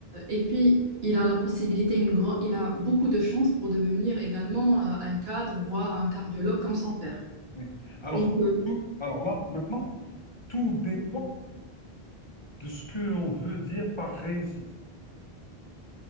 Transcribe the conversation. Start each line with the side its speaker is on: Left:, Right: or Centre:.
Right: et puis, il a la possibilité, une grand- il a beaucoup de chances pour devenir également euh, un cadre, voire un cardiologue comme son père.
Left: oui. Alors,
Right: Donc, euh,
Left: tout- alors là, maintenant, tout dépend de ce que l'on veut dire par réussite.